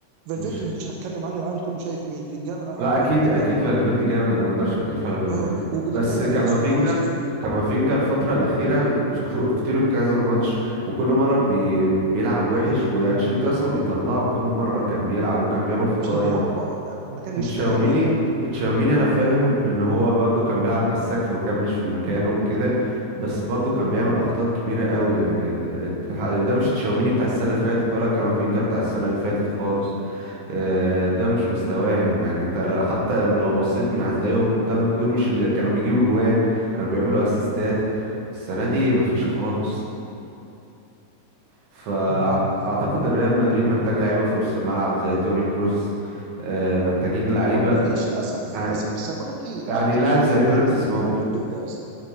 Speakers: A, on the right; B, on the right.
A: فالفيردي
B: مش
A: مش مش هتكلم عنه العالم كله شايف مين بلينجهام العالم
B: لا
A: كله
B: اكيد
A: عارف مين
B: اكيد
A: ده
B: فالفيردي جامد انا ما اقدرش اختلف على فالفيردي
A: اه وبلينجهام
B: بس
A: الناس
B: كامافينجا
A: كلها شايفه
B: كامافينجا الفتره الاخيره شفت له كذا ماتش وكل مره بي بيلعب وحش وانشيلوتي اصلا بيطلعه وكل مره كان بيلعب وكان بيعمل فضايح
A: مش كانوا بيلعبوا بره مكان مش
B: تشاوميني
A: مكانه يا دود
B: تشاوميني انا فاهم ان هو برضو كان بيلعب مساك في مكان مش في مكانه وكده بس برضو كان بيعمل اخطاء كبيره قوي يعني ده مش تشاوميني بتاع السنه اللي فاتت ولا كامافينجا بتاع السنه اللي فاتت خالص آه، ده مش مستواهم يعني انت لا- حتى لو بصيت م- هتلاقيهم ده م- دول مش اللي كانوا بيجيبوا جوان كانوا بيعملوا اسيستات السنة دي مفيش خالص فاعتقد
A: مم.
B: ان ريال مدريد محتاج لعيبة في نص الملعب زي توني كروز آه، محتاجين لعيبة
A: طبعا ما فيش للاسف
B: يعني
A: للاسف بس بقول لك ايه
B: يعني
A: اردا جولير
B: لاعب زي فيرتز
A: يقدر يقوم
B: ممكن
A: بالدور ده يا اسطى